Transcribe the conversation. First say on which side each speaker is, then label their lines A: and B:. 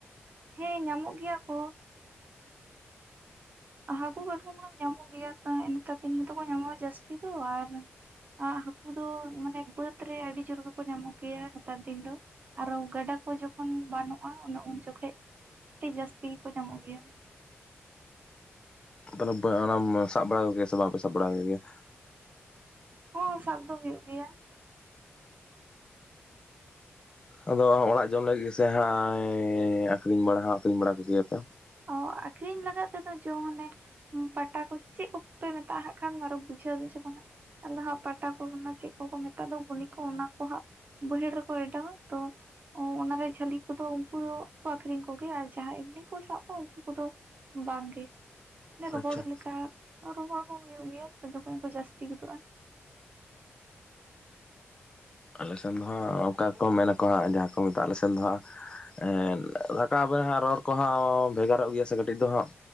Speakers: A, on the right (about 40°); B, on the left (about 20°).
A: ᱦᱮᱸ ᱧᱟᱢᱚᱜ ᱜᱮᱭᱟ ᱠᱚ <inaudible> ᱦᱟᱹᱠᱩ ᱠᱟᱴᱠᱚᱢ ᱢᱟ ᱧᱟᱢᱚᱜ ᱜᱮᱭᱟ ᱦᱮ ᱮ ᱱᱮᱛᱟᱨ ᱫᱤᱱ ᱜᱮᱛᱚ ᱠᱚ ᱧᱟᱢᱚᱜ-ᱟ ᱡᱟᱹᱥᱛᱤ ᱫᱚ ᱟᱨ <inaudible> ᱟ ᱦᱟᱹᱠᱩ ᱫᱚ ᱢᱟᱱᱮ ᱵᱟᱹᱫᱽ ᱨᱮ ᱟᱹᱰᱤ ᱡᱳᱨ ᱜᱮᱠᱚ ᱧᱟᱢᱚᱜ ᱜᱮᱭᱟ ᱦᱮᱛᱟᱨ ᱫᱤᱱ ᱫᱚ᱾ ᱟᱨᱚ ᱜᱟᱰᱟ ᱠᱚ ᱡᱚᱠᱷᱚᱱ ᱵᱟᱱᱚᱜ-ᱟ ᱚᱱᱮ ᱩᱱ ᱡᱚᱠᱷᱚᱱ ᱡᱟᱹᱥᱛᱤ ᱠᱚ ᱧᱟᱢᱚᱜ ᱜᱮᱭᱟ᱾
B: ᱟᱫᱚ <inaudible> ᱚᱱᱟᱢ ᱥᱟᱵ ᱵᱟᱲᱟ ᱠᱚᱜᱮᱭᱟ ᱥᱮ ᱵᱟᱯᱮ ᱥᱟᱵ ᱵᱟᱲᱟ ᱠᱚᱜᱮᱭᱟ ᱾
A: ᱦᱚᱸ ᱥᱟᱵ ᱫᱚ ᱦᱩᱭᱩᱜ ᱜᱮᱭᱟ᱾
B: ᱟᱫᱚ ᱚᱲᱟᱜ ᱡᱚᱢ ᱞᱟᱹᱜᱤᱫ ᱥᱮ ᱦᱟᱸᱜ ᱟᱹᱠᱷᱨᱤᱧ ᱵᱟᱲᱟ ᱦᱚᱸ ᱟᱹᱠᱷᱨᱤᱧ ᱵᱟᱲᱟ ᱠᱚ ᱜᱮᱭᱟ ᱯᱮ᱾
A: ᱚ ᱟᱹᱠᱷᱨᱤᱧ ᱞᱟᱜᱟᱫ ᱛᱮᱫᱚ ᱡᱚᱢ ᱢᱟᱱᱮ ᱯᱟᱴᱟ ᱠᱚ ᱪᱮᱫ ᱠᱚᱯᱮ ᱢᱮᱛᱟᱜ-ᱟ ᱦᱟᱜ ᱠᱷᱟᱱ ᱟᱨᱚ ᱵᱩᱡᱷᱟᱹᱣ ᱟᱵᱤᱱ ᱥᱮ ᱵᱟᱝ-ᱟ᱾ ᱟᱫᱚ ᱦᱟᱜ ᱯᱟᱴᱟ ᱠᱚ ᱚᱱᱟ ᱪᱮᱫ ᱠᱚᱠᱚ ᱢᱮᱛᱟᱜ ᱫᱚ ᱜᱩᱱᱤ ᱠᱚ ᱚᱱᱟ ᱠᱚ ᱦᱟᱸᱜ᱾ ᱵᱟᱭᱦᱟᱹᱲ ᱨᱮᱠᱚ ᱚᱰᱟᱣᱟ ᱛᱚ᱾ ᱚ ᱚᱱᱟᱨᱮ ᱡᱷᱟᱹᱞᱤ ᱠᱚᱫᱚ ᱩᱱᱠᱩ ᱫᱚᱠᱚ ᱟᱠᱷᱨᱤᱧ ᱠᱚᱜᱮ ᱭᱟ ᱟᱨ ᱡᱟᱸᱦᱟᱸ ᱮᱢᱱᱤ ᱠᱚ ᱥᱟᱵ ᱠᱚ ᱩᱱᱠᱩ ᱠᱚᱫᱚ ᱵᱟᱝ ᱜᱮ <inaudible>
B: ᱟᱪᱪᱷᱟ
A: ᱨᱚᱦᱚᱲ ᱞᱮᱠᱟ᱾ ᱨᱚᱦᱚᱲ ᱦᱚᱸ ᱦᱩᱭᱩᱜ ᱜᱮᱭᱟ ᱛᱚ ᱡᱚᱠᱷᱚᱱ ᱠᱚ ᱡᱟᱹᱥᱛᱤ ᱜᱚᱫᱚᱜᱼᱟ᱾
B: ᱟᱞᱮ ᱥᱮᱱ ᱫᱚ ᱦᱟᱸᱜ ᱚᱱᱠᱟ ᱠᱚ ᱢᱮᱱᱟᱠᱚ ᱦᱟᱸᱜ, ᱡᱟᱸᱦᱟ ᱠᱚ ᱢᱮᱛᱟᱜᱼᱟ ᱟᱞᱮ ᱥᱮᱱ ᱫᱚ ᱦᱟᱸᱜ᱾ ᱮᱱ <unintelligible> ᱨᱚᱲ ᱠᱚᱦᱚᱸ ᱵᱷᱮᱜᱟᱨᱚᱜ ᱜᱮᱭᱟ ᱥᱮ ᱠᱟᱹᱴᱤᱡ ᱫᱚ ᱦᱟᱸᱜ᱾